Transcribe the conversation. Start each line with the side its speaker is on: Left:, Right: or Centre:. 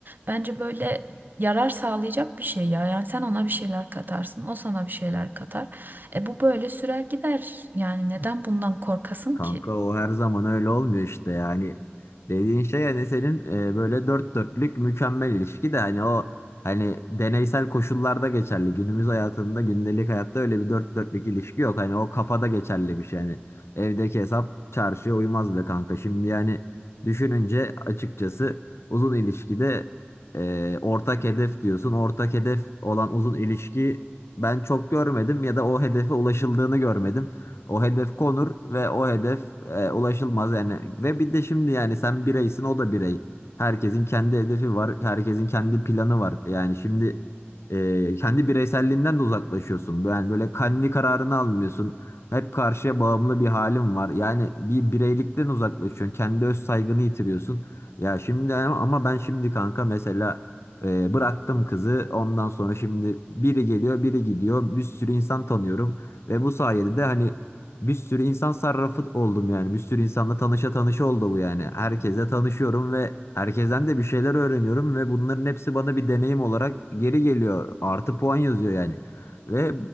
Right: Bence böyle yarar sağlayacak bir şey ya. Yani sen ona bir şeyler katarsın, o sana bir şeyler katar. E bu böyle sürer gider. Yani neden bundan korkasın
Left: Kanka
Right: ki?
Left: o her zaman öyle olmuyor işte yani dediğin şey hani senin e, böyle dört dörtlük mükemmel ilişki de hani o hani deneysel koşullarda geçerli günümüz hayatında gündelik hayatta öyle bir dört dörtlük ilişki yok hani o kafada geçerli bir şey yani evdeki hesap çarşıya uymaz be kanka şimdi yani düşününce açıkçası uzun ilişkide e, ortak hedef diyorsun ortak hedef olan uzun ilişki ben çok görmedim ya da o hedefe ulaşıldığını görmedim. O hedef konur ve o hedef e, ulaşılmaz yani. Ve bir de şimdi yani sen bireysin o da birey. Herkesin kendi hedefi var. Herkesin kendi planı var. Yani şimdi e, kendi bireyselliğinden de uzaklaşıyorsun. Yani böyle kendi kararını almıyorsun. Hep karşıya bağımlı bir halin var. Yani bir bireylikten uzaklaşıyorsun. Kendi öz saygını yitiriyorsun. Ya şimdi ama ama ben şimdi kanka mesela e, bıraktım kızı. Ondan sonra şimdi biri geliyor, biri gidiyor. Bir sürü insan tanıyorum ve bu sayede de hani bir sürü insan sarrafı oldum yani. Bir sürü insanla tanışa tanışa oldu bu yani. Herkese tanışıyorum ve herkesten de bir şeyler öğreniyorum ve bunların hepsi bana bir deneyim olarak geri geliyor. Artı puan yazıyor yani. Ve